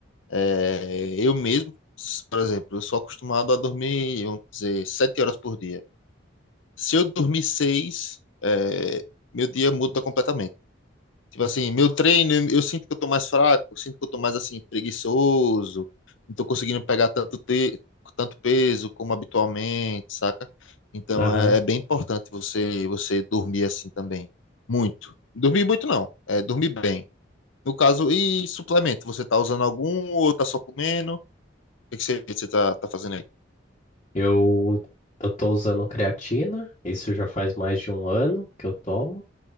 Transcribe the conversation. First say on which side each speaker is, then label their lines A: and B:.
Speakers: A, on the left; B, on the left.
A: É, eu mesmo, s- por exemplo, eu sou acostumado a dormir, vamos dizer, sete horas por dia. Se eu dormir seis, é, meu dia muda completamente. Tipo assim, meu treino, eu eu sinto que eu tô mais fraco, eu sinto que eu tô mais assim, preguiçoso, não tô conseguindo pegar tanto, te, tanto peso como habitualmente, saca? Então
B: Aham.
A: é, é bem importante você, você dormir assim também. Muito. Dormir muito não, é dormir bem. No caso, e suplemento? Você tá usando algum ou tá só comendo? O que que você, você tá, tá fazendo aí?
B: Eu, eu tô usando creatina, isso já faz mais de um ano que eu tomo.